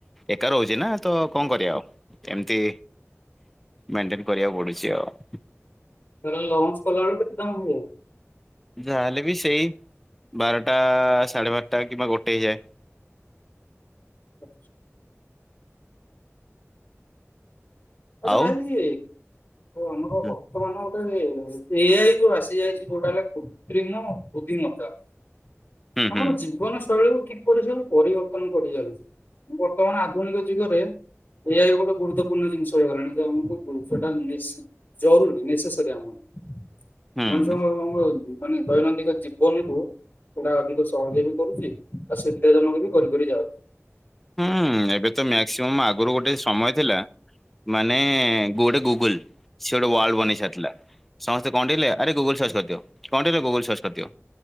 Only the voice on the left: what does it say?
ତାହେଲେ ଲଞ୍ଚ କଲା ବେଳକୁ କେତେ ଟାଇମ୍ ହୁବ।
ଆ। ଆଚ୍ଛା
ଭାଇ। ଆମର
ବର୍ତ୍ତମାନ ଏ ଆଇ ଯୋଉ ଆସିଯାଇଛି କୋଉଟାହେଲା କୃତ୍ରିମ ବୃଢ଼ିମତା
ଆମର
ଜୀବନ ଶୈଳୀକୁ କିପରି ସବୁ ପରିବର୍ତ୍ତନ କରିଚାଲିଛି? ବର୍ତ୍ତମାନ ଆଧୁନିକ ଯୁଗରେ ଏ ଆଇ ଗୋଟେ ଗୁରୁତ୍ୱପୂର୍ଣ୍ଣ ଜିନିଷ। ତ ହେଇଗଲାଣି ତ ଆମକୁ ଜିନିଷଟା ନିସ୍ ଜରୁରୀ ନେସେସରୀ ଆମର।
ମଣିଷଙ୍କ
<unintelligible> ମାନେ ଦୈନଦିନ ଜୀବନକୁ ଗୁଡା ଅଧିକ ସହଜ ବି କରୁଛି ଆଉ ସୁବିଧା ଜନକ ବି କରିିକରି ଯାଉ